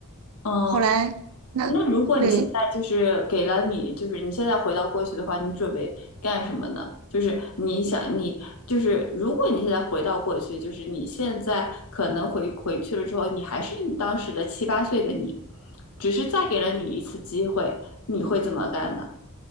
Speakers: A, on the left; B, on the right.
A: 嗯，
B: 后来那对
A: 那如果你现在就是给了你，就是你现在回到过去的话，你准备干什么呢？就是你想你就是如果你现在回到过去，就是你现在可能回回去了之后，你还是你当时的七八岁的你，只是再给了你一次机会，你会怎么干呢？